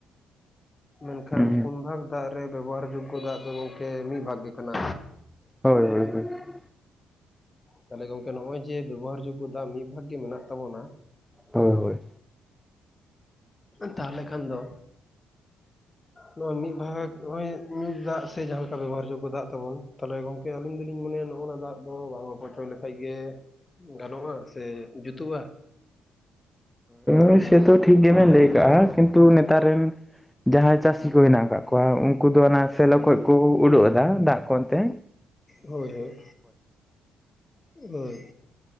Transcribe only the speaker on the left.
ᱢᱮᱱᱠᱷᱟᱱ
ᱯᱩᱱ ᱵᱷᱟᱜᱽ ᱫᱟᱜ ᱨᱮ ᱵᱮᱵᱚᱦᱟᱨ ᱡᱳᱜᱽ ᱜᱚ ᱫᱟᱜ ᱫᱚ ᱜᱚᱝᱠᱮ ᱢᱤᱜ ᱵᱷᱟᱜᱽ ᱜᱮ ᱠᱟᱱᱟ᱾
ᱛᱟ ᱦᱚᱞᱮ ᱜᱚᱝᱠᱮ ᱱᱚᱜᱼᱚᱭ ᱡᱮ ᱵᱮᱵᱚᱦᱟᱨ ᱡᱳᱜᱽᱜᱚ ᱫᱟᱜ ᱢᱤᱫ ᱵᱷᱟᱜ ᱜᱮ ᱢᱮᱱᱟᱜ ᱛᱟᱵᱚᱱᱟ,
<inaudible> ᱛᱟᱦᱚᱞᱮ ᱠᱷᱟᱱ ᱫᱚ ᱱᱚᱜᱼᱚᱭ ᱢᱤᱜ ᱵᱷᱟᱜᱽ ᱱᱚᱜᱼᱚᱭ ᱧᱩᱸ ᱫᱟᱜ ᱥᱮ ᱡᱟᱦᱟᱸ ᱞᱮᱠᱟ ᱵᱮᱵᱚᱦᱟᱨ ᱡᱳᱜᱽᱜᱚ ᱫᱟᱜ ᱛᱟᱵᱚᱱ, ᱛᱟᱦᱚᱞᱮ ᱜᱚᱝ ᱠᱮ ᱟᱹᱞᱤᱧ ᱫᱩᱞᱤᱧ ᱢᱚᱱᱮᱭᱟ ᱱᱚᱜᱼᱱᱚᱣᱟ ᱫᱟᱜ ᱫᱚ ᱵᱷᱟᱵᱚ ᱯᱚᱪᱚᱲ ᱞᱮᱠᱷᱟᱡ ᱜᱮ ᱜᱟᱱᱚᱜᱼᱟ, ᱥᱮ ᱡᱩᱛᱩᱜᱼᱟ? ᱦᱳᱭ
ᱦᱳᱭ ᱦᱳᱭ <inaudible> ᱦᱳᱭ᱾